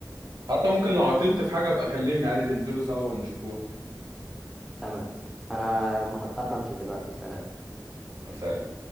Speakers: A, on the right; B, in the centre.
A: حتى ممكن لو عطلت في حاجه ابقى كلمني عادي ننزلوا سوا ونشوفوها
B: تمام انا هضطر امشي دلوقتي سلام
A: سلام